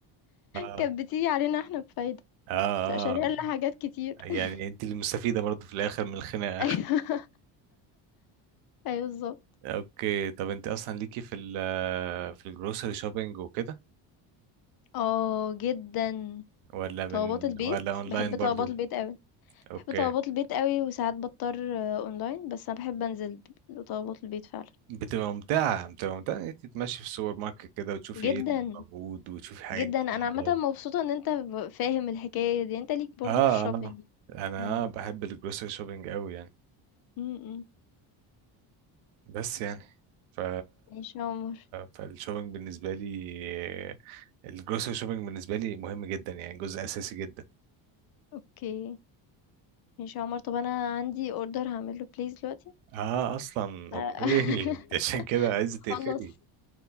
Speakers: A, on the right; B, on the left.
A: اه
B: كانت بتيجي علينا احنا بفايدة
A: اه
B: بتبقى شارية لنا حاجات كتير
A: اه يعني
B: <laughs>
A: انت اللي مستفيده برضه في الاخر من الخناقه
B: ايوه ايوه بالظبط
A: اوكي طب انت اصلا ليكي في ال في الجروسري شوبينج وكده
B: اه جدا
A: ولا
B: طلبات
A: من
B: البيت
A: ولا اونلاين
B: بحب طلبات
A: برضه
B: البيت قوي
A: اوكي
B: بحب طلبات البيت قوي وساعات بضطر آه، اونلاين بس انا بحب انزل ب- لطلبات البيت فعلا
A: بتبقى ممتعه بتبقى ممتعه ان انت تمشي في السوبر ماركت كده وتشوفي
B: جدا
A: ايه اللي موجود وتشوفي حاجات
B: جدا انا
A: جديده
B: عامة مبسوطة ان انت ب- فاهم الحكاية دي انت ليك برضو
A: اه
B: في الشوبينج
A: اه انا
B: امم
A: بحب الجروسري شوبينج قوي يعني
B: امم
A: بس يعني ف
B: ماشي يا عمر
A: فالشوبينج بالنسبة لي الجروسري شوبينج بالنسبة لي مهم جدا يعني جزء أساسي جدا
B: اوكي ماشي يا عمر طب انا عندي اوردر هعمله بليز دلوقتي
A: اه أصلا
B: <laughs>
A: أوكي <laughs> عشان كده عايزة
B: خلّص
A: تقفلي